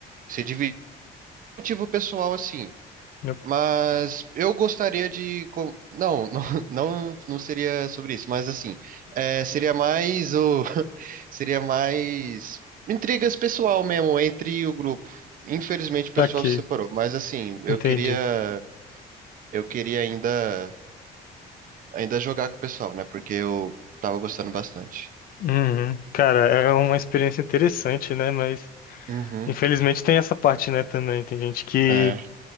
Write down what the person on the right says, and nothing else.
se dividindo. por Motivo pessoal, assim.
Mas eu gostaria de. co- Não, não, <laughs> não, não seria sobre isso, mas assim, é, seria mais o. <laughs> Seria mais intrigas pessoal mesmo entre o grupo. Infelizmente o pessoal
se separou, mas assim, eu
queria. Eu queria ainda, ainda jogar com o pessoal, né? Porque eu tava gostando bastante.
Uhum.
É,